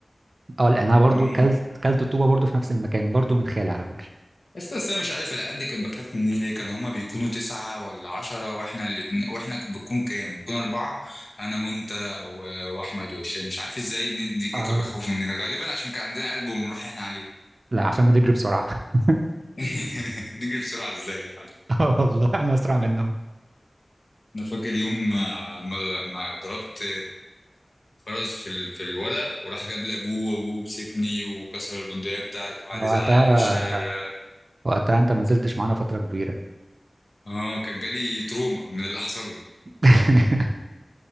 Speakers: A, on the right (about 60°); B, on the left (about 70°).
A: اه لان انا برضه
B: اه
A: كلت كلت الطوبه برضه في نفس المكان برضه من خالي على فكره
B: بس بس انا مش عارف العيال دي كانت بخاف مني ليه كان هما بيكونوا تسعة ولا عشرة واحنا الاتنين واحنا بنكون كام؟ بنكون أربعة أنا وأنت و- وأحمد وهشام مش عارف ازاي الناس دي كانوا
A: اه
B: بيخافوا مننا غالبا عشان كان عندنا قلب ونروح احنا عليه
A: لا عشان بنجري بسرعه <laughs>
B: <laughs> نجري بسرعة ازاي يعني
A: <laughs> اه والله احنا اسرع منهم
B: أنا فاكر يوم ما ما ما ضربت خرز في ال... في الولق وراح جاب لابوه وابوه مسكني وكسر البندقية بتاعتي وقعد
A: وقتها
B: يزعق لي في الشارع
A: وقتها انت ما نزلتش معانا فترة كبيرة
B: اه كان جالي تروما من اللي حصل لي
A: <laughs>